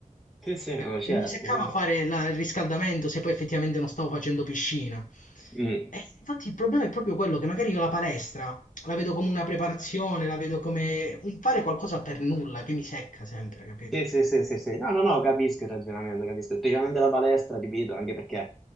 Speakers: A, in the centre; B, on the left (about 80°).
A: Sì, sì,
B: Che-
A: no, certo,
B: Mi seccava
A: certo.
B: fare la- il riscaldamento se poi effettivamente non stavo facendo piscina.
A: Mm.
B: E infatti il problema è proprio quello che magari io la palestra la vedo come una preparazione, la vedo come un fare qualcosa per nulla che mi secca sempre, capito?
A: Sì, sì, sì, sì, sì. No, no, no, capisco il ragionamento, capisco. Specialmente la palestra, ti vedo, anche perché